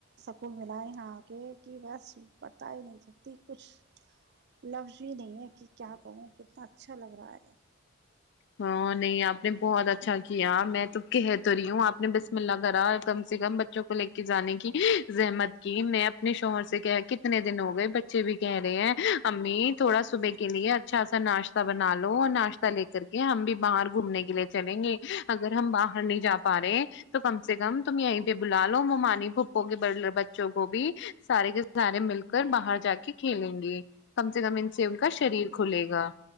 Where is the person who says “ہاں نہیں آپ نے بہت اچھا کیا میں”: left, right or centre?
Left